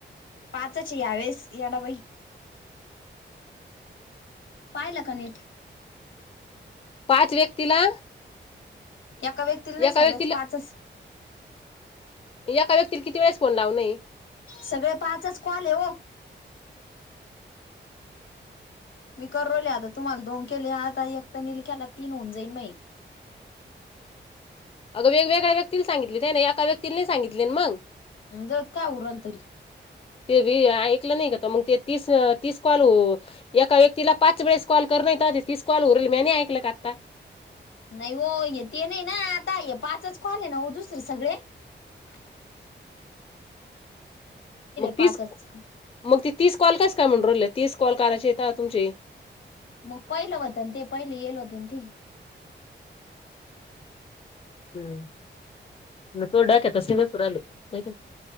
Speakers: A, on the left; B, on the left.
A: पाचच यावेळेस यडाबाई पाहिला का नीट.
B: पाच व्यक्तीला
A: एका व्यक्तीला नाही
B: एका
A: सगळ्याच
B: व्यक्तीला
A: पाचच
B: एका व्यक्तीला किती वेळेस फोन लावन ये.
A: सगळे पाचच कॉल ये ओ मी करू राहीले आता तुम्हाला दोन केले आता एकक्त निलक्याला तीन होऊन जाईन मये. अन
B: अगं वेगवेगळ्या व्यक्तीला सांगितले ना एका व्यक्तीला नाही सांगितले मग.
A: ज काय उरल तरी
B: ते बी ऐकल नाही का मग ते तीस तीस कॉल एका व्यक्तीला पाच वेळेस कॉल कर. तीस कॉल उरेल मी नाही ऐकलं का आत्ता
A: नाही हो य ते नाही ना आता पाचच काॅल ना ओ दुसरे सगळे हो
B: मग
A: पाचच
B: ती मग तीस कॉल कस काय म्हणु राहीले तीस कॉल करायचे येता तुमचे
A: मग पहिलं होत ते पहिले येल होते ना ते
B: हम् तो डाकता सुर आले नाही